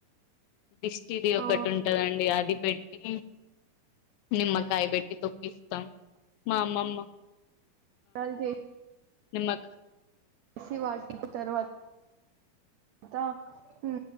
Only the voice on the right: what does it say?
ఆ
కాల్ చెయ్
<unintelligible> తర్వాత అదా ఉ